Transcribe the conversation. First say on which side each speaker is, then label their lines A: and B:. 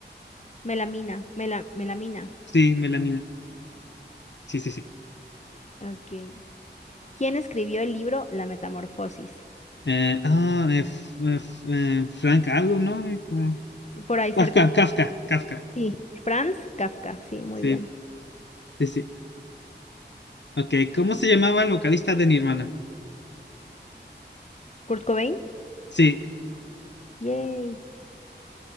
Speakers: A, on the left; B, on the left.
A: Melamina, mela- melamina.
B: Sí, melanina. Sí, sí, sí.
A: Ok, ¿Quién escribió el libro La Metamorfosis?
B: Eh, ah, eh, f- eh, f- eh, Frank algo, ¿no? Eh, como-
A: Por ahí cerca.
B: Kafka, Kafka, Kafka.
A: Sí. Franz Kafka, sí, muy
B: Sí,
A: bien.
B: sí, sí. Ok, ¿cómo se llamaba el vocalista de Nirvana?
A: Kurt Cobain.
B: Sí.
A: Yay.